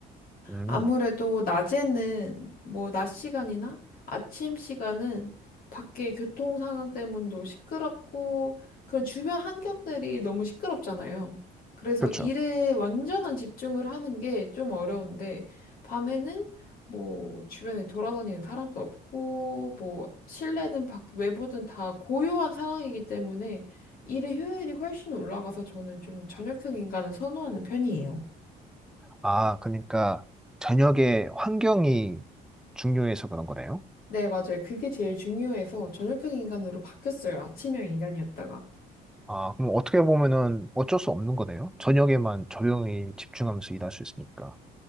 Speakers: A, in the centre; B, on the left.
A: 음.
B: 아무래도 낮에는 뭐 낮 시간이나 아침 시간은 밖에 교통 상황 때문도 시끄럽고 그런 주변 환경들이 너무 시끄럽잖아요. 그래서
A: 그렇죠.
B: 일에 완전한 집중을 하는 게 좀 어려운데 밤에는 뭐 주변에 돌아다니는 사람도 없고 뭐 실내든 밖 외부든 다 고요한 상황이기 때문에 일의 효율이 훨씬 올라가서 저는 좀 저녁형 인간을 선호하는 편이에요.
A: 아, 그러니까 저녁에 환경이 중요해서 그런 거네요.
B: 네, 맞아요. 그게 제일 중요해서 저녁형 인간으로 바뀌었어요. 아침형 인간이었다가.
A: 아, 그럼 어떻게 보면은 어쩔 수 없는 거네요. 저녁에만 조용히 집중하면서 일할 수 있으니까.